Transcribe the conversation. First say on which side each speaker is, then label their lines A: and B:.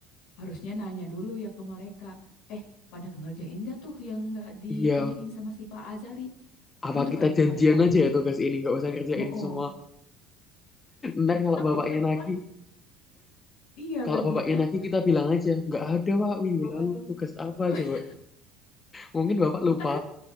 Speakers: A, on the left (about 75°); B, on the left (about 25°).
A: harusnya nanya dulu ya ke mereka eh pada ngerjain nggak tuh yang nggak ditanyain
B: Iya,
A: sama si Pak Azari
B: apa
A: gitu
B: kita
A: kan
B: janjian
A: kali ya
B: aja ya tugas ini nggak usah ngerjain
A: oh oh
B: semua. Ntar kalau
A: ntar
B: bapaknya
A: tiba-tiba
B: nagih,
A: iya
B: kalau
A: lagi
B: bapaknya
A: ah
B: nagih kita bilang aja nggak ada pak minggu
A: apa
B: lalu
A: tuh
B: tugas apa
A: <laughs>
B: coba. Mungkin bapak
A: ntar
B: lupa